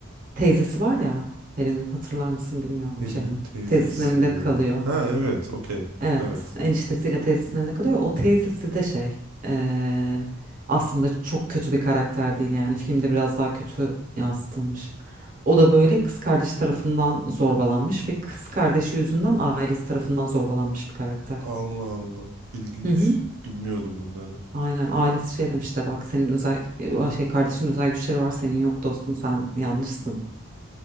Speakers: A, on the right; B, on the right.
A: teyzesi var ya Harry'nin hatırlar mısın bilmiyorum
B: Perinin
A: şey
B: teyzesi.
A: teyzesinin evinde kalıyor.
B: Ha evet, okey.
A: Evet,
B: Evet.
A: eniştesiyle teyzesinin evinde kalıyor. O teyzesi de şey, eee, aslında çok kötü bir karakter değil yani. Filmde biraz daha kötü yansıtılmış. O da böyle kız kardeşi tarafından zorbalanmış ve kız kardeşi yüzünden ailesi tarafından zorbalanmış bir karakter.
B: Allah Allah. İlginç.
A: Hı hı.
B: Bilmiyordum bunları.
A: Aynen ailesi şey demiş de bak senin özel e, şey kardeşin özel güçleri var senin yok dostum sen yanlışsın.